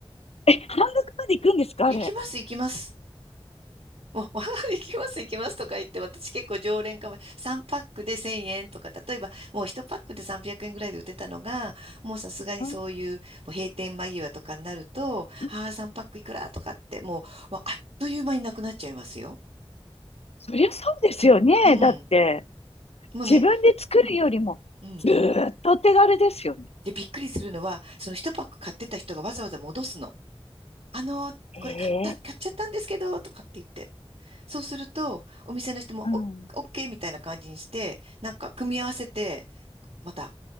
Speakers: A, on the left; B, on the right.
A: え、半額まで行くんですか、
B: 行きます、
A: あれ。
B: 行きます。もう、お <laughs> 行きます、行きますとか言って、私結構常連かも。3パックで1000円とか、例えばもう1パックで300円ぐらいで売ってたのが、もうさすがにそういう、
A: うん
B: もう閉店間際とかになると、
A: うん
B: ああ、3パックいくらとかって、もう、わあっという間になくなっちゃいますよ。
A: そりゃそうですよね。
B: うん。
A: だって、
B: もうね、
A: 自分で作るよりも、
B: うん。
A: ずーっとお手軽ですよね。
B: で、びっくりするのは、その1パック買ってた人がわざわざ戻すの。あのー、
A: ええ
B: これ買った、買っちゃったんですけど、とかって言って。そうすると、お店の人も、
A: うん。
B: お、オッケーみたいな感じにして、なんか組み合わせて、また